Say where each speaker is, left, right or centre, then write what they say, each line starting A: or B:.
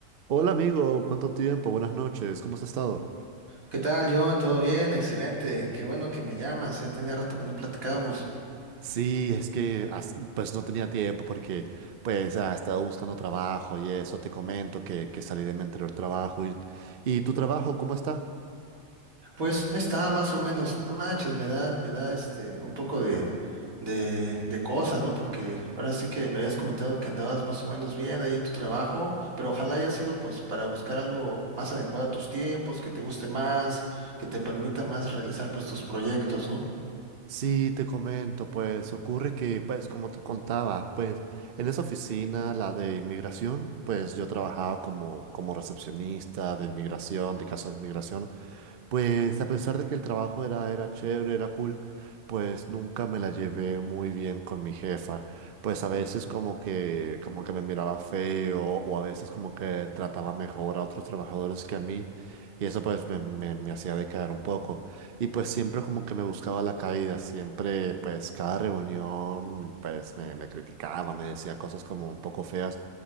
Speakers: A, on the right; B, on the right.
A: Hola amigo, ¿cuánto tiempo? Buenas noches, ¿cómo has estado?
B: ¿Qué tal, John? ¿Todo bien? Excelente. Qué bueno que me llamas. Ya tenía rato que no platicábamos.
A: Sí, es que as- pues no tenía tiempo porque pues ah, estaba buscando trabajo y eso, te comento que, que salí de mi anterior trabajo y, y tu trabajo, ¿cómo está?
B: Pues ahí está, más o menos. No manches, me da, me da este un poco de, de, de cosa, ¿no? Porque ahora sí que me habías comentado que andabas más o menos bien ahí en tu trabajo, pero ojalá haya sido pues para buscar algo más adecuado a tus tiempos, que te guste más, que te permita más realizar pues tus proyectos, ¿no?
A: Sí, te comento, pues ocurre que, pues como te contaba, pues en esa oficina, la de inmigración, pues yo trabajaba como, como recepcionista de inmigración, de casos de inmigración, pues a pesar de que el trabajo era, era chévere, era cool, pues nunca me la llevé muy bien con mi jefa. Pues a veces como que, como que me miraba feo o a veces como que trataba mejor a otros trabajadores que a mí y eso pues me, me, me hacía decaer un poco. Y pues siempre como que me buscaba la caída, siempre pues cada reunión pues me, me criticaba, me decía cosas como un poco feas.